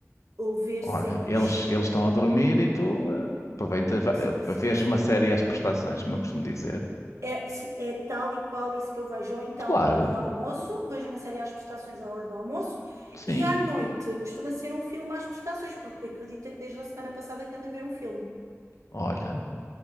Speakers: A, on the right; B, on the left.
A: ou ver
B: Olha,
A: séries.
B: eles eles estão a dormir e tu eh, aproveitas, va-
A: Sim,
B: eh,
A: sim,
B: vês
A: sim.
B: uma série às prestações, como eu costumo dizer.
A: É, sim, é tal e qual isso que eu vejo. Ou então,
B: Claro,
A: à hora do almoço, vejo uma série às prestações à hora do almoço,
B: sim.
A: e à noite costuma ser um filme às prestações, porque acredita que desde a semana passada que ando a ver um filme.
B: Olha,